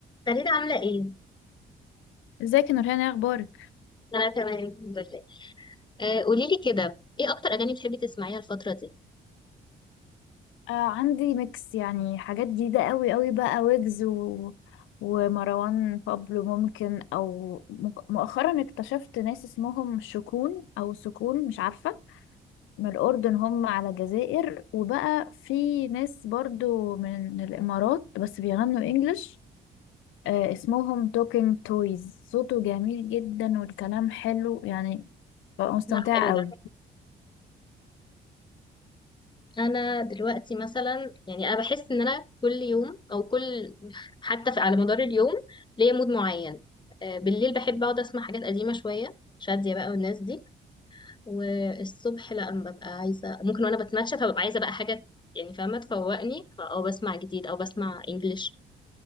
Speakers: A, on the left (about 20°); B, on the left (about 70°).
A: فريدة عاملة ايه؟
B: ازيك يا نورهان ايه اخبارك
A: أنا تمام الحمد لله آه قولي لي كده ايه أكتر أغاني بتحبي تسمعيها الفترة دي؟
B: آه عندي ميكس يعني حاجات جديدة قوي قوي بقى ويجز و... ومروان بابلو ممكن او مك- مؤخرا اكتشفت ناس اسمهم شكون او سكون مش عارفة من الاردن هم على الجزائر وبقى في ناس برضو من الامارات بس بيغنوا انجلش آه اسمهم توكينج تويز صوته جميل جدا والكلام حلو يعني بقى مستمتعة
A: لا حلو
B: قوي
A: ده أنا دلوقتي مثلا يعني أنا بحس إن أنا كل يوم أو كل حتى في على مدار اليوم ليا مود معين آه بالليل بحب أقعد أسمع حاجات قديمة شوية شادية بقى والناس دي والصبح لأ أنا ببقى عايزة ممكن وأنا بتمشى فببقى عايزة بقى حاجة يعني فاهمة تفوقني فأه بسمع جديد أو بسمع إنجليش